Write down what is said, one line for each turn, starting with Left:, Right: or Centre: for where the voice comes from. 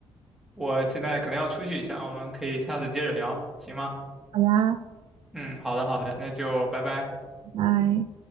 Centre: 我现在可能要出去一下，我们可以下次接着聊，行吗？
Right: 好呀，
Centre: 嗯，好的好的，那就拜拜。
Right: 拜拜。